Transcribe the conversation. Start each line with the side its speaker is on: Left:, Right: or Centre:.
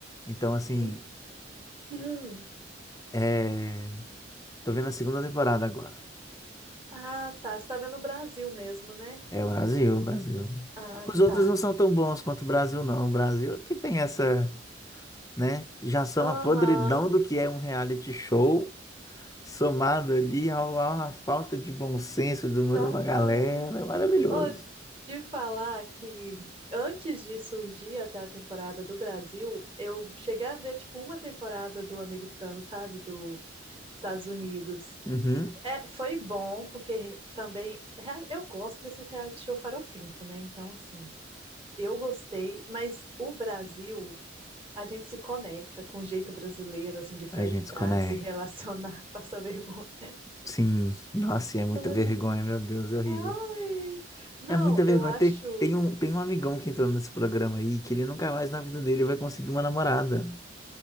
Left: Então, assim,
Right: E, hum.
Left: é... tô vendo a segunda temporada agora.
Right: Ah, tá. Você tá vendo o Brasil mesmo, né?
Left: É o Brasil, o Brasil.
Right: Ah,
Left: Os outros
Right: tá.
Left: não são tão bons quanto o Brasil, não. O Brasil que tem essa, né? Já são
Right: Aham.
Left: a podridão do que é um reality show, somado ali ao- à falta de bom senso de uma
Right: Exatamente.
Left: de uma galera. É maravilhoso.
Right: Oh, de falar que antes de surgir até a temporada do Brasil, eu cheguei a ver tipo uma temporada do americano, sabe, do Estados Unidos.
Left: Uhum.
Right: É, foi bom porque também rea- eu gosto desses reality show farofento, né? Então assim, eu gostei, mas o Brasil A gente se conecta com o jeito brasileiro, assim, de flertar,
Left: A gente se conecta.
Right: de se relacionar, <laughs> passar vergonha.
Left: Sim, nossa, e é muita
Right: Não.
Left: vergonha, meu Deus, é horrível.
Right: Ai! Não,
Left: É muita vergonha.
Right: eu acho.
Left: Tem, tem um, tem um amigão que entrou nesse programa aí que ele nunca mais na vida dele vai conseguir uma namorada.